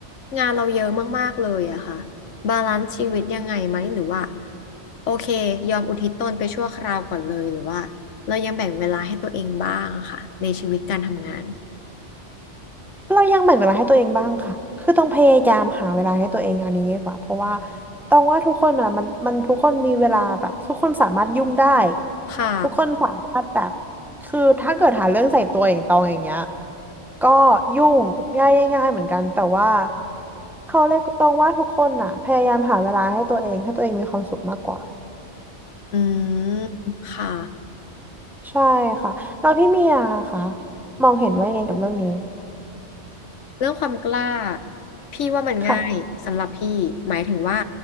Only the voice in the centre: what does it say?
เรายังแบ่งเวลาให้ตัวเองบ้างค่ะ คือต้องพยายามหาเวลาให้ตัวเองอันนี้ดีกว่าเพราะว่าต้องว่าทุกคนอ่ะมันมันทุกคนมีเวลาแบบทุกคนสามารถยุ่งได้
ทุกคนสามารถแบบคือถ้าเกิดหาเรื่องใส่ตัวอย่างตองอย่างเงี้ยก็ยุ่งง่ายง่ายๆเหมือนกันแต่ว่าเขาเลยกต้องว่าทุกคนอ่ะพยายามหาเวลาให้ตัวเองให้ตัวเองมีความสุขมากกว่า
ใช่ค่ะเราพี่เมียค่ะมองเห็นว่ายังไงกับเรื่องนี้
ค่ะ